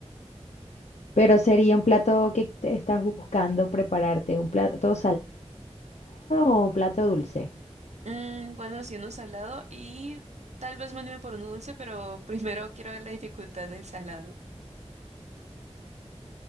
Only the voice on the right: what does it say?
Mm, bueno, sí, uno salado y tal vez me anime por uno dulce, pero <laughs> primero quiero ver la dificultad del salado.